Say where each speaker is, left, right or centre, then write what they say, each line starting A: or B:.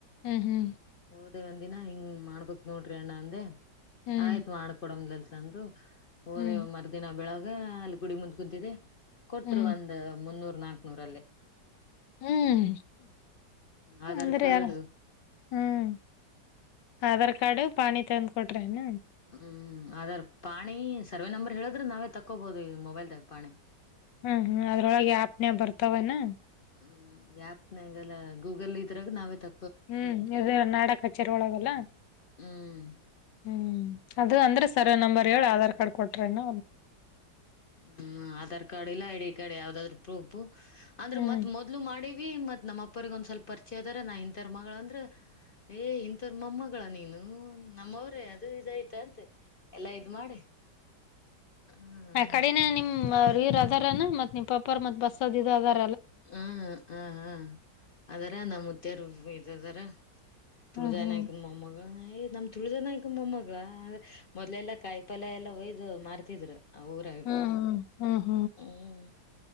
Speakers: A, on the left; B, on the left.
A: ಹ್ಮ್ ಹ್ಮ್
B: ಒಂದ ದಿನಾ ಹಿಂಗ್ ಮಾಡ್ಬಕ್ ನೋಡ್ರಿ ಅಣ್ಣ ಅಂದೆ
A: ಹ್ಮ್ ಹ್ಮ್
B: ಆಯ್ತ್ ಮಾಡ್ಕೊಡಮಲ್ಸ ಅಂದ್ರು ಹೋದೆ
A: ಹ್ಮ್
B: ಮರ್ದಿನ ಬೆಳಗ್ ಅಲ್ಲಿ ಗುಡಿ ಮುಂದ್ ಕುಂತಿದೆ ಕೊಟ್ರು
A: ಹ್ಮ್
B: ಒಂದ್ ಮುನ್ನೂರು ನಾಲ್ಕುನೂರಲ್ಲೇ
A: ಹ್ಮ್
B: ಆಧಾರ್
A: ಅಂದ್ರೆ
B: ಕಾರ್ಡ್
A: ಹ್ಮ್ ಆಧಾರ್ ಕಾರ್ಡ್ ಪಾನಿ ತಂದ್ ಕೊಟ್ರೆನ್
B: ಹ್ಮ್ ಅದರ್ ಪಾಣಿ ಸರ್ವೆ ನಂಬರ್ ಹೇಳಿದ್ರೆ ನಾವೇ ತಕ್ಕೋಬಹದು ಈ ಮೊಬೈಲ್ದಾಗ ಪಾಣಿ
A: ಹ್ಮ್ ಹ್ಮ್ ಅದ್ರೊಳಗೆ ಆಪ್ನ ಬರ್ತವನಾ
B: ಹ್ಮ್ ಆಪ್ನಾಗಲ್ಲ ಗೂಗಲ್ ಇದ್ರಾಗ ನಾವೇ ತ
A: ಹ್ಮ್ ಇದು ನಾಡ ಕಚೇರಿ ಒಳಗಲ್ಲ
B: ಹ್ಮ್
A: ಹ್ಮ್ ಅದು ಅಂದ್ರೆ ಸರ್ವ ನಂಬರ್ ಹೇಳ ಆಧಾರ್ ಕಾರ್ಡ್ ಕೊಟ್ರೇನ
B: ಹ್ಮ್ ಆಧಾರ್ ಕಾರ್ಡ್ ಇಲ್ಲ ಐ ಡಿ ಕಾರ್ಡ್ ಯಾವ್ದಾದ್ರು ಪ್ರೂಫು ಅಂದ್ರೆ
A: ಹ್ಮ್
B: ಮತ್ ಮೊದ್ಲು ಮಾಡಿ ಮತ್ತು ನಮ್ಮ ಅಪ್ಪ್ರಗೊಂದ್ ಸ್ವಲ್ ಪರಿಚಿ ಆದರೆ ನಾ ಇಂಥರ ಮಗಳಗಳುಂದರೆ ಏ ಇಥವರ್ ಮಮ್ಮಗಳ ನೀನು ನಮ್ಮವ್ರೇ ಇದು ಇದಯ್ತ ಅಂತೆ ಎಲ್ಲಾ ಇದ್ ಮಾಡಿ ಹ್ಮ್
A: ಹ ಕಡೆನೆ ನಿಮ್ಮ ಇರ್ ಅದಾರ ಮತ್ ನಿಮ್ ಪಪ್ಪಾರ ಮತ್ ಬಸ್ಸದ ಅದಾರ
B: ಹ್ಮ ಹ ಹಾ ಅದಾರ ನುತ್ತಿಯಾರ ಇದದಾರ ತುಳಿನ
A: ಹ್ಮ್ ಹ್ಮ್
B: ಆಯತ್ ಮ ಮಗಳನ ನಮ್ ತುಳಿದನ ಆಯತು ಮೊಮ್ಮಗಳ ಮೊದ್ಲೆಲ್ಲ ಕಾಯಿ ಪಲ್ಯ ಎಲ್ಲ ಒಯ್ದು ಮಾರ್ತಿದ್ರು ಅವರಾಗಿ
A: ಹ್ಮ್ ಹ್ಮ್ ಹ್ಮ್
B: ಹ್ಮ್